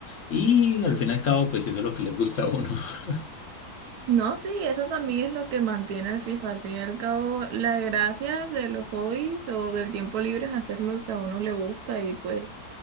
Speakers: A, on the left; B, on the right.
A: Y al fin y al cabo, pues eso es lo que les gusta a uno. <laughs>
B: No, sí, eso también es lo que mantiene el FIFA. Al fin y al cabo, la gracia de los hobbies o del tiempo libre es hacer lo que a uno le gusta y pues